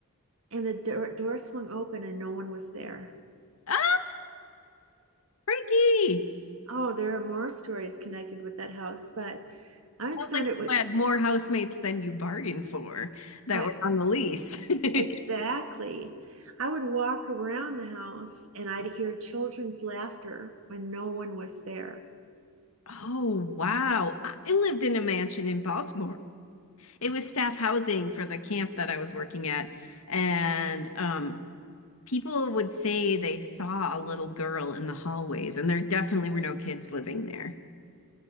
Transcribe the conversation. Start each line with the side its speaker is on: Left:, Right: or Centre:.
Right: And the door, door swung open and no one was there.
Left: Ah, freaky.
Right: Oh, there are more stories connected with that house, but I
Left: It
Right: just
Left: sounds
Right: found
Left: like you
Right: it was
Left: had more housemates than you bargained for that
Right: I
Left: were on the lease. <laughs>
Right: exactly. I would walk around the house and I'd hear children's laughter when no one was there.
Left: Oh, wow. I lived in a mansion in Baltimore. It was staff housing for the camp that I was working at. And um, people would say they saw a little girl in the hallways, and there definitely were no kids living there.